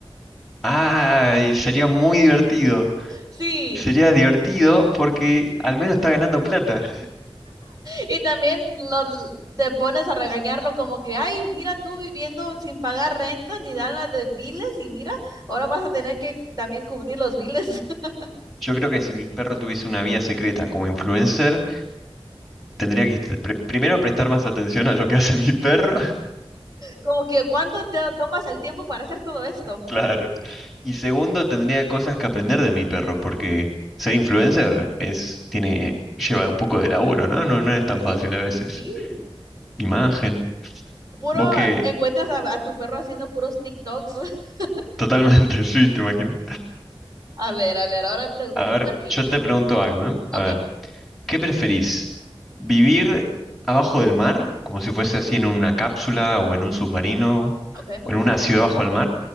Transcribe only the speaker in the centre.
Ay, sería muy divertido.
Sería divertido porque al menos está ganando plata.
Yo creo que si mi perro tuviese una vía secreta como influencer, tendría que est- pre- primero prestar más atención a lo que hace mi perro, <laughs>
claro. Y segundo, tendría cosas que aprender de mi perro, porque ser influencer es, tiene, lleva un poco de laburo, ¿no? No, no es tan
fácil a veces.
Imagen.
Vos que
totalmente, <laughs> sí, te imaginas.
A
ver,
yo te pregunto algo, ¿eh? A
ver, ¿qué preferís? ¿Vivir abajo del mar, como si fuese así en una cápsula o en un submarino
o en una ciudad bajo el mar?